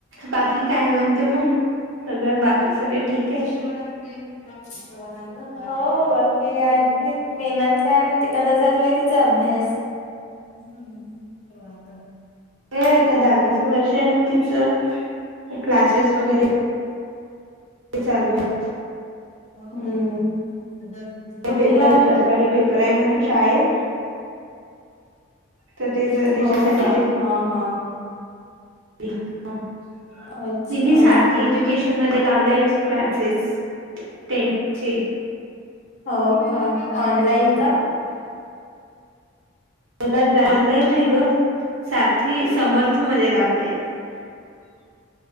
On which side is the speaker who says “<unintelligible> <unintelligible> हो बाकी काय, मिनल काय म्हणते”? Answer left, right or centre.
Left